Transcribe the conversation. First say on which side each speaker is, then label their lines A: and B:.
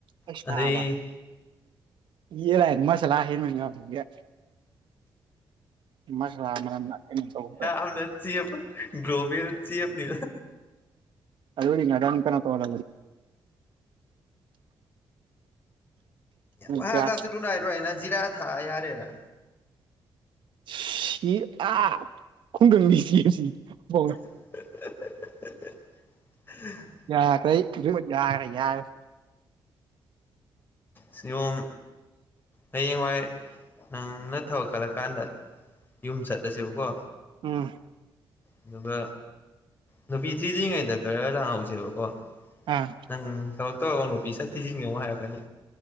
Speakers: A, on the right (about 70°); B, on the left (about 25°).
A: ꯀꯁꯅ
B: ꯑꯗꯩ
A: ꯍꯥꯕ ꯌꯦꯂ ꯍꯃꯁꯂ ꯍ ꯃꯅꯤꯪꯦ ꯃꯁ ꯇꯔꯦ
B: ꯑꯗ ꯆꯕ ꯒ꯭ꯂꯣꯕꯦꯜꯁꯤꯅꯤ
A: ꯑꯗꯨ ꯑꯣꯏ ꯔꯥꯎꯟ ꯀꯅꯥ ꯇꯣꯒ
B: ꯚꯥꯗꯞꯁꯨ
A: ꯒ꯭ꯌꯥꯁ
B: ꯂꯨ ꯅꯥꯏꯔꯣꯏ ꯍꯥꯏꯅ ꯖꯤꯔꯥ ꯊꯥ ꯌꯥꯔꯦꯅ
A: ꯁꯤ ꯑ ꯈꯣꯡꯒꯪꯅꯤ ꯁꯤ ꯑꯦꯟꯖꯤꯕꯧꯅ
B: <inaudible>
A: ꯌꯥꯈ꯭ꯔꯦ ꯌꯥꯈ꯭ꯔꯦ ꯌꯥꯈ꯭ꯔꯦ
B: ꯁꯤꯣꯡ ꯍꯌꯦꯡꯋꯥꯏ ꯅꯪꯅ ꯊꯕꯛ ꯈꯠꯂꯛꯀꯥꯟꯗ ꯌꯨꯝ ꯆꯠꯂꯁꯦꯕꯀꯣ
A: ꯎꯝ
B: ꯑꯗꯨꯒ ꯅꯨꯄꯤ ꯊ꯭ꯤꯗ꯭ꯔꯤꯉꯩꯗ ꯈꯔ ꯂꯥꯡꯍꯧꯁꯦꯕꯀꯣ
A: ꯑꯥ
B: ꯅꯪ ꯊꯕꯛ ꯇꯧꯔꯒꯣ ꯅꯨꯄꯤ ꯁꯠ ꯊꯤꯖꯤꯟꯒꯧꯨ ꯍꯥꯏꯔꯛꯀꯅꯤ